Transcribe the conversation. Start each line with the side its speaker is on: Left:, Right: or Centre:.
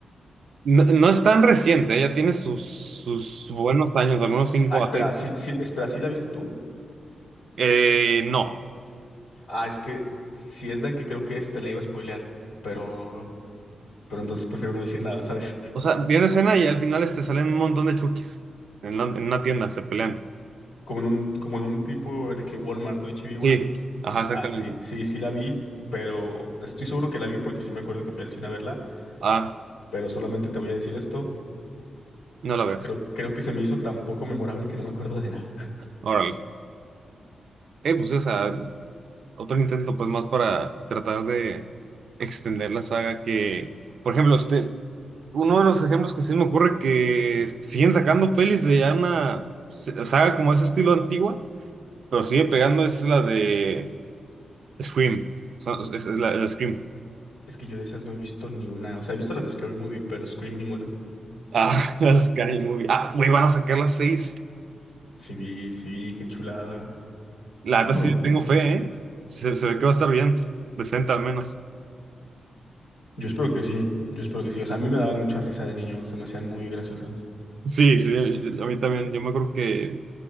Right: No, no es tan reciente, ya tiene sus, sus buenos años, algunos cinco
Left: Ah, espera,
Right: a seis.
Left: sí, sí- espera, ¿sí la viste tú?
Right: Eh, no.
Left: Ah, es que si es la que creo que este la iba a spoilear, pero, pero entonces prefiero no decir nada, ¿sabes?
Right: O sea, vi una escena y al final este, salen un montón de Chuckys en, la- en una tienda, se pelean.
Left: <laughs> Como en un, como en un tipo de que Walmart o H-E-B
Right: Sí,
Left: o algo así.
Right: ajá, exactamente.
Left: Ah, sí, sí, sí la vi, pero estoy seguro que la vi porque sí me acuerdo que fui al cine a verla,
Right: Ah,
Left: pero solamente te voy a decir esto.
Right: no la veas.
Left: Creo, creo que se me hizo tan poco memorable que no me acuerdo de nada. <laughs>
Right: Órale. Eh, pues, sí, o sea, otro intento, pues, más para tratar de extender la saga que, por ejemplo, este, uno de los ejemplos que sí me ocurre que siguen sacando pelis de ya una se- saga como ese estilo antigua, pero sigue pegando es la de Scream, So- es la, la Scream.
Left: Es que yo de esas no he visto ni una. O sea, he visto las de Scary Movie, pero Scream ninguna.
Right: Ah, <laughs> la Scary Movie. Ah, güey, van a sacar las seis.
Left: Sí vi, sí vi, qué chulada.
Right: La neta
Left: Mm.
Right: sí le tengo fe, ¿eh? Se, se ve que va a estar bien, decente al menos.
Left: Yo espero que sí, yo espero que sí. O sea, a mí me daban mucha risa de niño, se me hacían muy graciosas.
Right: Sí, sí, a mí también, yo me acuerdo que